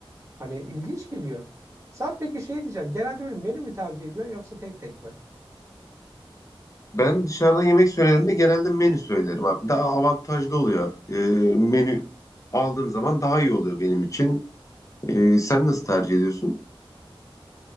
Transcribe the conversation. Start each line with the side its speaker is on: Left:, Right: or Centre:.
Right: Hani ilginç geliyor. Sen peki şey diyeceğim. Genelde böyle menü mü tercih ediyorsun yoksa tek tek mi?
Left: Ben dışarıdan yemek söylediğimde genelde menü söylerim abi. Daha avantajlı oluyor. E, menü aldığım zaman daha iyi oluyor benim için. E, sen nasıl tercih ediyorsun?